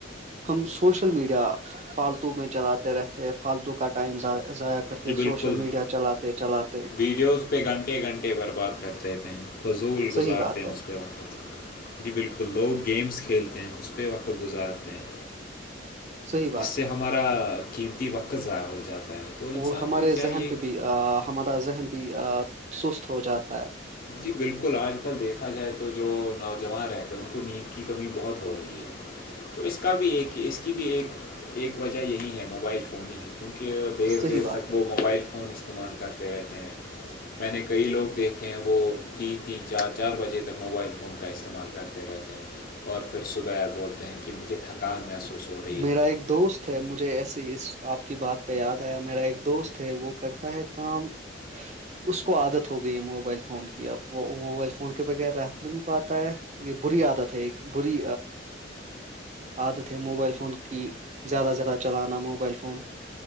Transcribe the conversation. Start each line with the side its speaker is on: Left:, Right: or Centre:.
Right: ہم سوشل میڈیا فالتو میں چلاتے رہتے فالتو کا ٹائم ضائع کرتے
Left: جی بالکل
Right: سوشل میڈیا چلاتے چلاتے
Left: ویڈیوز پہ گھنٹے گھنٹے برباد کرتےتے ہیں فضول
Right: صحیح
Left: گزارتے
Right: بات
Left: ہیں
Right: ہے
Left: اس پ اس پہ وقت جی بالکل لوگ گیمس کھیلتے ہیں اس پہ وقت گزارتے ہیں
Right: صحیح بات
Left: جس سے
Right: ہے
Left: ہمارا قیمتی وقت ضائع ہو جاتا ہے تو انسان
Right: اور ہمارے
Left: کو چاہیے
Right: ذہن پہ بھی ہمارا ذہن بھی سست ہو جاتا ہے
Left: جی بالکل آج کل دیکھا جائے تو جو نوجوان رہتے ہیں ان کو نیند کی کمی بہت ہو رہی ہے
Right: <inaudible>
Left: تو اس کا بھی ایک اس کی بھی ایک ایک وجہ یہی ہے موبائل فون ہی کیونکہ دیر
Right: صحیح
Left: دیر
Right: بات
Left: تک
Right: ہے
Left: ب وہ موبائل فون استعمال کر رہتے ہیں میں نے کئی لوگ دیکھے ہیں وہ تین تین چار چار بجے تک موبائل فون کا استعمال کرتے رہتے ہیں اور پھر صبح بولتے ہیں کہ مجھے تھکان محسوس ہو رہی
Right: میرا
Left: ہے
Right: ایک دوست ہے مجھے ایسیے اس آپ کی بات پہ یاد ہےیا میرا ایک دوست ہے وہ کرتا ہے کام اس کو عادت ہو گئی ہے موبائل فون کی اب وہ موبائل فون کے بغیر رت ب نہیں پاتا ہے یہ بری عادت ہے ایک بری عادت موبائل فون کی زیادہ زیادہ چلانا موبائل فون